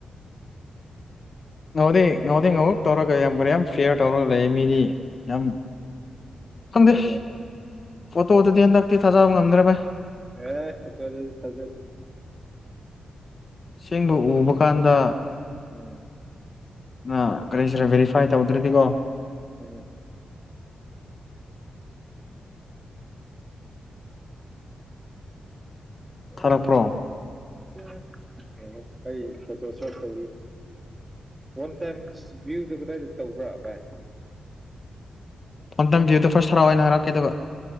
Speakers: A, on the left (about 45°); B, on the right (about 20°).
A: ꯉꯥꯎꯗꯦ ꯉꯥꯎꯗꯦ ꯉꯥꯎꯍꯧ ꯇꯧꯔꯒ ꯌꯥꯝ ꯀꯔ ꯌꯥꯝ ꯐꯤꯌꯔ ꯇꯧꯔꯒ ꯂꯩ ꯃꯤꯗꯤ ꯌꯥꯝ ꯁꯗꯦꯁ
B: ꯑꯩꯅ
A: ꯐꯠꯇꯣ ꯋꯥ ꯊꯙꯌꯥꯟ ꯇꯥꯛꯇ ꯊꯥꯖꯥ ꯉꯝꯗꯔꯦꯚꯥꯏ
B: ꯑꯦ ꯁꯇꯔꯖꯗꯤ ꯁꯥꯖꯔꯗꯤ
A: ꯁꯦꯡꯕ ꯎꯕ ꯀꯥꯟꯗ
B: ꯎꯝ
A: ꯑ ꯒꯔꯤꯁꯤꯔ ꯚꯦꯔꯤꯐꯥꯏ ꯇꯧꯗ꯭ꯔꯔꯤꯗꯤꯀꯣ
B: ꯎꯝ
A: ꯊꯥꯔꯛꯄ꯭ꯔꯣ
B: ꯎ ꯑ ꯑꯣ ꯑꯩ ꯐꯣꯇꯣ ꯁꯣꯠ ꯇꯧꯔꯤ ꯋꯥꯟ ꯇꯥꯏꯝ ꯚ꯭ꯌꯨꯗ ꯀꯗꯥꯏꯗ ꯇꯧꯕ꯭ꯔꯥ ꯚꯥꯏ
A: ꯄꯣꯟꯇꯝ ꯚ꯭ꯌꯨꯗ ꯐꯥꯔꯁ ꯍꯔꯥꯎꯏꯅ ꯍꯥꯏꯔꯛꯀꯦꯗꯕ